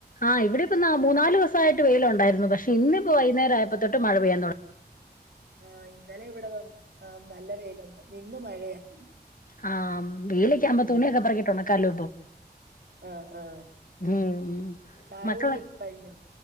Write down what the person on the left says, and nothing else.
ആ ഇവിടെ ഇപ്പം ന്നാ മൂന്നാല് ദിവസായിട്ട് വെയ്ല് ഉണ്ടായിരുന്നു പക്ഷെ ഇന്നിപ്പോ വൈകുന്നേരായപ്പത്തൊട്ട് മഴ പെയ്യാൻ തോട
ആഹ് വെയ്ലക്കാവുമ്പം
തുണിയൊക്കെ പറകിട്ടൊണക് കലോപം
ഉം
മക്കള